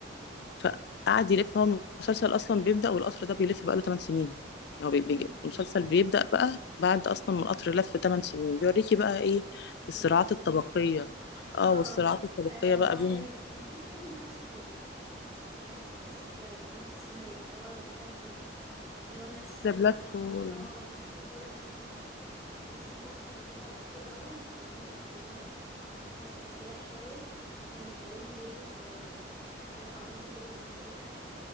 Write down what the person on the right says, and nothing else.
مم.
إيه اللي حصل
اه
آه، هو
كان كان في فيلم نفس ال... يعني نفس القصة شوية نفس السيناريو اللي هو ذا بلاتفورم اللي هو الناس
اللي
بتبقى في اه الناس اللي فوق والناس اللي تحت والناس اللي فوق كان بيجي لها الأكل الأول فهما كانوا يعتبر ال- الناس الأثرياء شوية وكانوا تقريبا بيرموا آه، حاجات عبيطة كده للناس اللي تحت